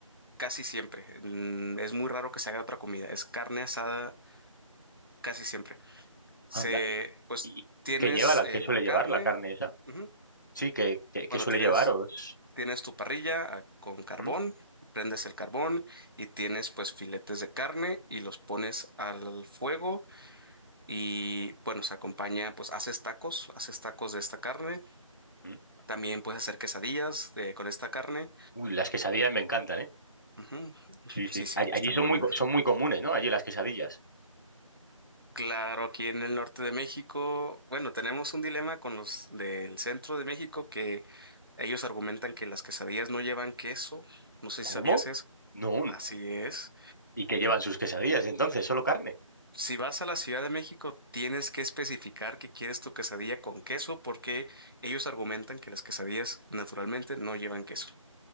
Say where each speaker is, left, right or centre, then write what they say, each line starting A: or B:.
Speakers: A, on the right; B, on the left.
A: casi siempre. Mm, Es muy raro que se haga otra comida. Es carne asada casi siempre. Se,
B: Anda. ¿Y,
A: pues
B: y-
A: tienes
B: y qué lleva la,
A: eh,
B: qué
A: la
B: suele
A: carne.
B: llevar la carne esa?
A: ujú.
B: Sí, ¿qué, qué- qué
A: Bueno,
B: suele
A: tienes.
B: llevar? ¿O es-
A: Tienes tu parrilla ah, con carbón,
B: ¿Mm?
A: prendes el carbón y tienes pues filetes de carne y los pones al fuego y bueno, se acompaña, pues haces tacos, haces tacos de esta carne.
B: ¿Mm?
A: También puedes hacer quesadillas eh, con esta carne.
B: Uy, las quesadillas me encantan, ¿eh?
A: Ujú.
B: Sí, sí.
A: Sí, sí,
B: All-
A: está
B: Allí son
A: muy
B: muy,
A: buena.
B: co- son muy comunes, ¿no? Allí las quesadillas.
A: Claro, aquí en el norte de México, bueno, tenemos un dilema con los del centro de México que ellos argumentan que las quesadillas no llevan queso. No sé
B: ¿Cómo?
A: si sabías eso.
B: No,
A: No, Así es.
B: ¿Y que llevan sus quesadillas entonces? ¿Solo carne?
A: Si vas a la Ciudad de México, tienes que especificar que quieres tu quesadilla con queso porque ellos argumentan que las quesadillas naturalmente no llevan queso.